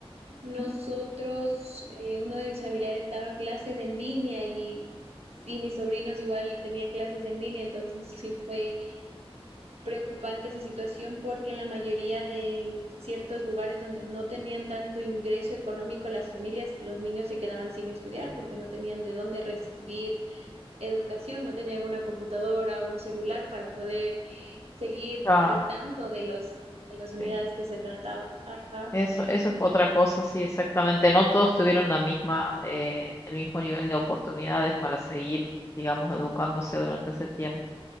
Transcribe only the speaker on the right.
Nosotros,
eh, uno de mis familiares daba clases en línea y, y mis sobrinos igual tenían clases en línea, entonces sí fue preocupante esa situación porque en la mayoría de ciertos lugares donde no tenían tanto ingreso económico las familias, los niños se quedaban sin estudiar porque no tenían de dónde recibir educación, no tenían una computadora o un celular para poder seguir
al tanto de los, de las unidades
que se trataba. Ajá.